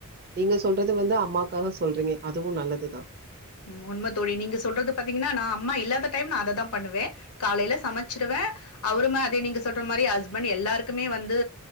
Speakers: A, on the right; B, on the left.
A: நீங்க சொல்றது வந்து அம்மாக்காக சொல்றீங்க அதுவு நல்லதுதா
B: ம் உண்ம தோழி நீங்க சொல்றது பாத்தீங்கன்னா நா அம்மா இல்லாத டைம் நா அததா பண்ணுவ காலைல சமைச்சிருவே அவரும அதே நீங்க சொல்ற மாரி ஹஸ்பண்ட் எல்லாருக்குமே வந்து